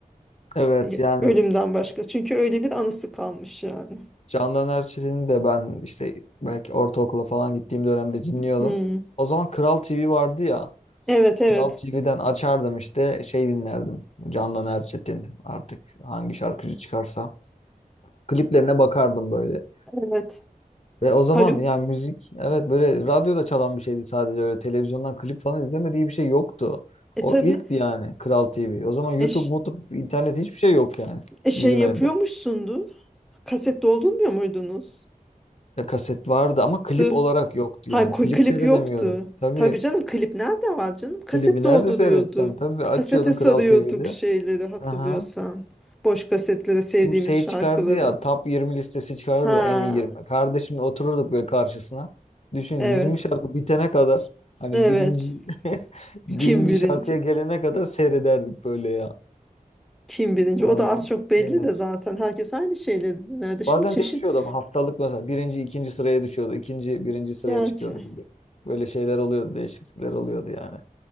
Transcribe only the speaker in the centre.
Ya-
Ölümden başka. Çünkü öyle bir anısı kalmış yani.
Hmm.
Evet evet.
Evet.
Haluk
e
tabii
eş,
e, şey
yapıyormuşsundu.
Kaset doldurmuyor muydunuz?
Dur.
Ha
koy
klip
yoktu.
Tabii canım klip nerede var canım? Kaset
dolduruyordu.
Kasete sarıyorduk
şeyleri hatırlıyorsan.
Boş kasetlere sevdiğimiz
şarkıları.
Ha
evet.
Evet.
Kim birinci?
Kim birinci?
O da az
çok belli
de zaten. Herkes aynı şeyleri dinlerdi. Şimdi
çeşit
gerçi.